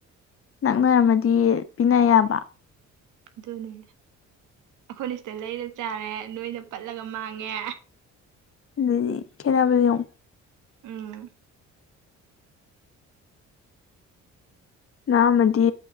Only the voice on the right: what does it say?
ꯑꯗꯨꯅꯦ ꯑꯩꯈꯣꯏꯅ ꯁꯤꯗ ꯂꯩꯔ ꯆꯥꯔꯦ ꯅꯣꯏꯅ ꯄꯠꯂꯒ ꯃꯥꯡꯉꯦ
ꯎꯝ